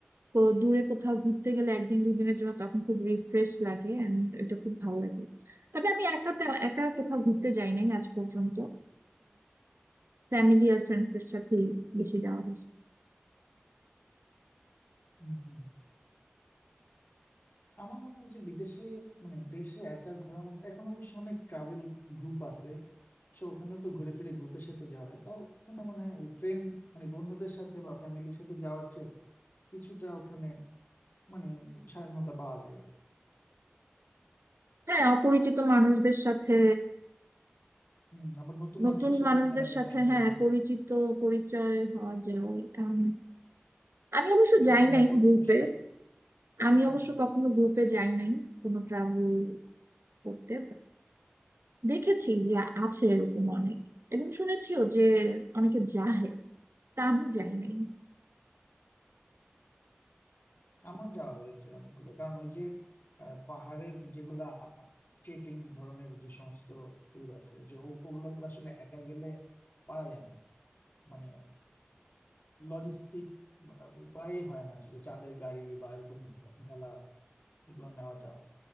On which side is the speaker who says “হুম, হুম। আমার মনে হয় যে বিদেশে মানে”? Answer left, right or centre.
Left